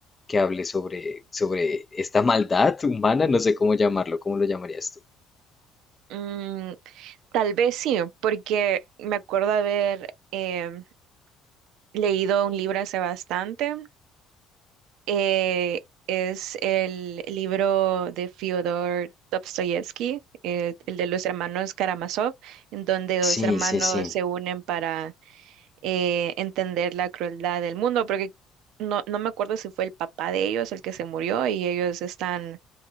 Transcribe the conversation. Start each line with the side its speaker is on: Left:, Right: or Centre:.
Left: que hable sobre, sobre esta maldad humana? No sé cómo llamarlo, ¿cómo lo llamarías tú?
Right: Mm, tal vez sí, porque me acuerdo haber em, leído un libro hace bastante. eh, es el libro de Fyodor Dostoyevsky, eh, el de los hermanos Karamazov, en donde dos
Left: Sí,
Right: hermanos
Left: sí, sí.
Right: se unen para eh, entender la crueldad del mundo, porque no, no me acuerdo si fue el papá de ellos el que se murió y ellos están